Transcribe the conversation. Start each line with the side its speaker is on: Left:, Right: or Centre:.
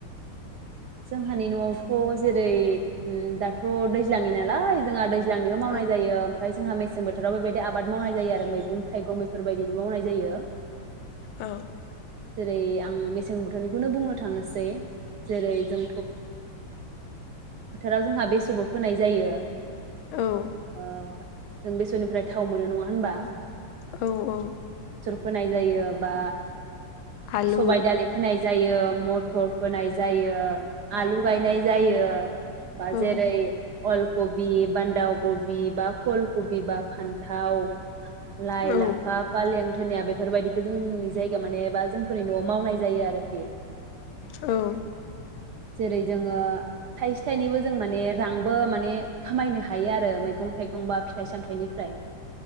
Right: जोंहानि नआवथ जेरै दाथ दैज्लाङनि नालाय जोंहा दैज्लां निबो मावनाय
Left: औ
Right: जायो ओमफ्राय जोंहा मे मेसें बोथोराव बेबायदि आबाद मावनाय जायो आरो मैगं थाइगं बेफोरबायदिनो मावनाय जायो।
Left: औ
Right: जेरै आं मेसें बोथोरनिखौनो बुंनो थांनोसै। जेरै अ फोथाराव जोंहा बेसरबो फोनाय जायो।
Left: औ
Right: ओ जों बेसोरनिफ्राय थाव मोनो नङा होनबा।
Left: औ औ
Right: होनाय जायो बा
Left: आलु
Right: सबाइ दालिखौ फोनाय जायो मथर फोनाय जायो। आलु गायनाय जायो। बा
Left: औ
Right: जेरै अल कबि बान्दाव कबि बा फुल कबि बा फान्थाव लाइ
Left: औ
Right: लाफा फालें निया बेफोरबायदि जोंनि जायगा मानेबा जोंफोरनि नआव मावनाय जायो आरोखि
Left: औ
Right: जेरै जोङो थाइसे थाइनैबो जों माने रांबो माने खामायनो हायो आरो मैगं थाइगं बा फिथाइ सामथायाइनिफ्राय।